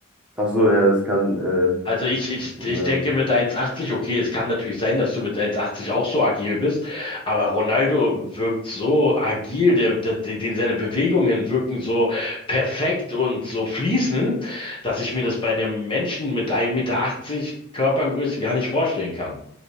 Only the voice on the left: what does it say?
Also ich, ich,
ich
denke mit 1,80, okay, es kann natürlich sein, dass du mit 1,80 auch so agil bist, aber Ronaldo wirkt so agil, der, der, den seine Bewegungen wirken so perfekt und so fließend, dass ich mir das bei einem Menschen mit 1,80 Meter Körpergröße gar nicht vorstellen kann.